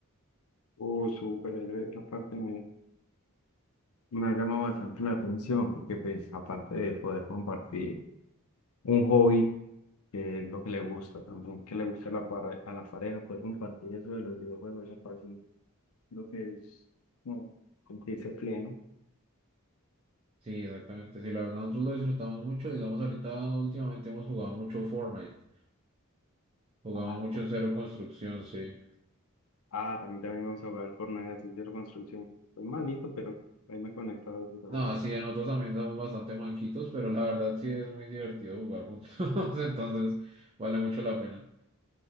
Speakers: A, on the left; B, on the right.
A: Uh, súper, eh, esa parte me, me ha llamado bastante la atención porque pues aparte de poder compartir un hobby, que es lo que le gusta, también que le gusta a la, pare- a la pareja, poder compartir eso de los videojuegos, esa parte Creo que es. No. Sentirse pleno.
B: Sí, exactamente. Sí, la verdad nosotros lo disfrutamos mucho. Digamos, ahorita últimamente hemos jugado mucho Fortnite. Jugamos
A: Ah,
B: mucho
A: el For-
B: en cero construcción, sí.
A: ah, también, también vamos a jugar al Fortnite a ciencia de la construcción. Es malito, pero ahí me he conectado desde
B: No,
A: a jugar.
B: así nosotros también somos bastante manquitos, pero la verdad sí es muy divertido jugar juntos, <laughs> entonces vale mucho la pena.